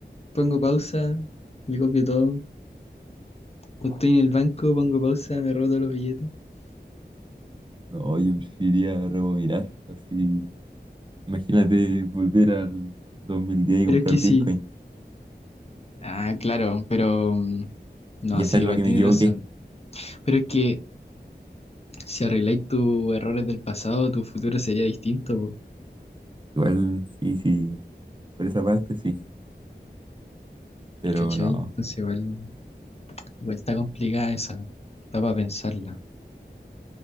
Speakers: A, on the left; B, on the right.
A: pongo pausa, le copio todo. O estoy en el banco, pongo pausa, me robo todos los billetes.
B: No, yo preferiría rebobinar. Así, imagínate volver al 2010 y
A: Pero
B: comprar
A: es que
B: Bitcoin
A: sí. Ah, claro, pero mm, no,
B: y hacer
A: sí, igual
B: lo que
A: tienes
B: me equivoqué.
A: razón. Pero es que si arregláis tus errores del pasado, tu futuro sería distinto, po,
B: Igual, sí, sí, por esa parte sí. Pero
A: ¿cachai?
B: no,
A: Entonces igual, igual está complicada esa. Está para pensarla.